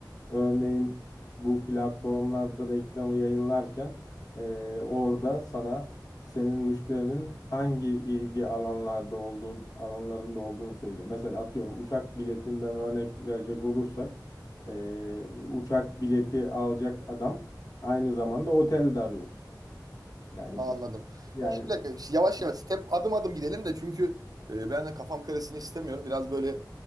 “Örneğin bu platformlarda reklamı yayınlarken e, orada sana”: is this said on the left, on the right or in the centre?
Left